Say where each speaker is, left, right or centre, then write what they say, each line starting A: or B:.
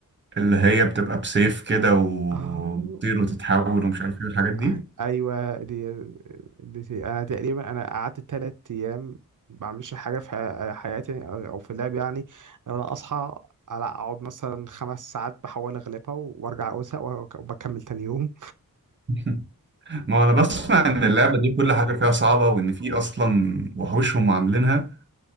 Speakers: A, on the right; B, on the right.
A: اللي هي بتبقى بسيف كده وبتطير
B: آه،
A: وتتحول ومش عارف ايه الحاجات دي
B: آه، ايوه دي, دي انا تقريبا انا قعدت ثلاث ايام ما بعملش حاجه في ح- حياتي او في اللعب يعني انا اصحى على اقعد مثلا خمس ساعات بحاول اغلبها وارجع ازهق وأك- وبكمل تاني يوم
A: <laughs> ما هو انا بسمع ان اللعبه دي كل حاجه فيها صعبه وان في اصلا وحوشهم عاملينها